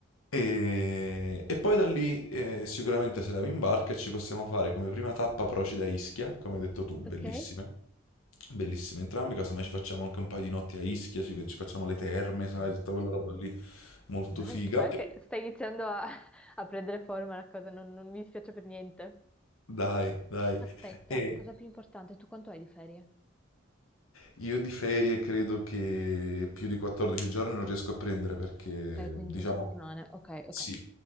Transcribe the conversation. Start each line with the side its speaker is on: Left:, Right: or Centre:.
Left: E, e poi da lì eh, sicuramente se la in barca e ci possiamo fare come prima tappa Procida e Ischia, come hai detto tu, bellissime.
Centre: Ok?
Left: Bellissime entrambe, casomai ci facciamo anche un paio di notti a Ischia, ci, ci facciamo le terme, sai,
Centre: Ok.
Left: tutta quella roba lì molto
Centre: Oh, non
Left: figa.
Centre: è... Guarda
Left: E-
Centre: che sta iniziando a, a prendere forma la cosa, non, non mi dispiace per niente.
Left: Dai, dai.
Centre: Aspetta,
Left: E
Centre: cosa più importante, tu quanto hai di ferie?
Left: io di ferie credo che più di 14 giorni non riesco a prendere perché,
Centre: Ok, quindi
Left: diciamo,
Centre: due settimane. Ok,
Left: sì,
Centre: ok,